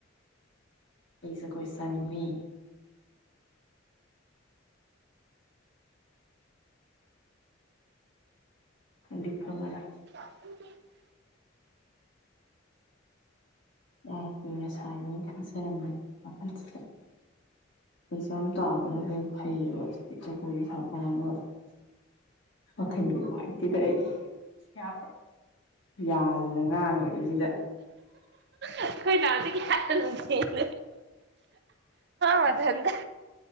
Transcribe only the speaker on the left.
ꯑꯩ ꯖꯒꯣꯏ ꯁꯥꯥꯅꯤꯡꯉ ꯐꯡꯗꯤ ꯐ꯭ꯉꯔꯣ
ꯌꯥꯝ ꯀꯨꯏꯅ ꯁꯥꯏꯒꯦꯅ ꯈꯟꯖꯔꯝꯕꯅꯦ ꯋꯥꯈꯜꯁꯤꯗ꯫ ꯑꯦꯛꯖꯥꯝ ꯇꯥꯕꯅ ꯀꯔꯤꯝ ꯐꯩ ꯀ ꯁꯥꯄꯔꯣꯏ ꯋꯥꯈꯜꯒꯤ ꯅꯨꯡꯉꯥꯏꯇꯦꯗ ꯑꯩ ꯌꯥꯕ꯭ꯔꯥ ꯌꯥꯗꯅ ꯉꯥꯡꯉꯛꯦꯁꯤꯗ